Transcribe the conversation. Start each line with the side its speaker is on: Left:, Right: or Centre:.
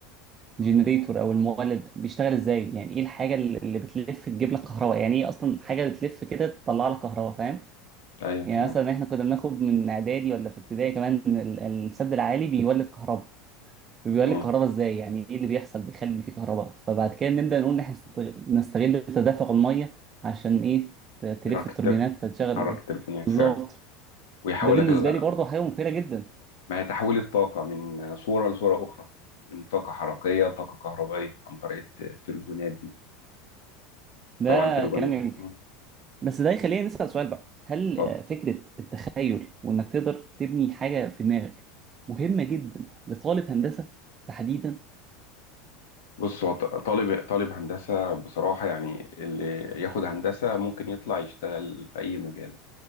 Right: الجنريتور أو المولد بيشتغل إزاي يعني إيه الحاجة اللي اللي بتلف تجيب لك كهرباء يعني إيه أصلا حاجة بتلف كده تطلع لك كهرباء فاهم
Left: ايوه
Right: يعني
Left: تمام
Right: مثلا إحنا كنا بناخد من إعدادي ولا في ابتدائي كمان إن ال- السد العالي بيولد كهرباء فبيقول
Left: امم
Right: لك كهرباء ازاي يعني ايه اللي بيحصل بيخلي في كهرباء فبعد كده نبدا نقول ان احنا نستغ- نستغل تدفق الميه عشان ايه ت- تلف
Left: حركت
Right: التوربينات فتشغل
Left: حرك
Right: ده.
Left: التربونات
Right: بالظبط
Left: فعلا ويحولك
Right: ده بالنسبه
Left: ال-
Right: لي برضه حاجه مبهره جدا
Left: ما هي تحويل الطاقه من صوره لصوره اخرى من طاقه حركيه لطاقه كهربائيه عن طريق الت- التربونات دي
Right: ده
Left: طبعا التربون
Right: كلام جميل
Left: مم.
Right: بس ده يخلينا نسال سؤال بقى هل
Left: اتفضل
Right: آه، فكره التخيل وانك تقدر تبني حاجه في دماغك مهمه جدا لطالب هندسه تحديدا
Left: بص هو ط- طالب طالب هندسة بصراحة يعني اللي ياخد هندسة ممكن يطلع يشتغل في أي مجال